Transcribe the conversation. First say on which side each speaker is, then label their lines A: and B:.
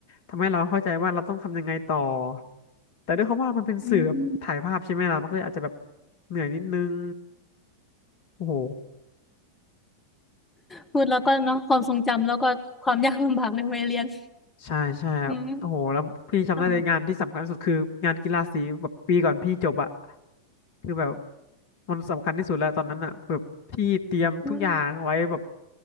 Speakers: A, on the left (about 50°); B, on the left (about 15°).
A: ทำให้เราเข้าใจว่าเราต้องทำยังไงต่อแต่ด้วยความว่ามันเป็นสื่อแบบถ่ายภาพใช่ไหมล่ะมันก็เลยอาจจะแบบ
B: อืม
A: เหนื่อยนิดนึงโอ้โห
B: พูดแล้วก็เนาะความทรงจำแล้วก็ความยากลำบากในวัยเรียน
A: ใช่ใช่ครับโอ้โหแล้วพี่จำได้เลยงานที่สำคัญที่สุดคืองานกีฬาสีแบบปีก่อนพี่จบอะ
B: อืมอ่า
A: คือแบบมันสำคัญที่สุดแล้วตอนนั้นอะแบบพี่เตรียมทุกอย่างไว้แบบ
B: อืม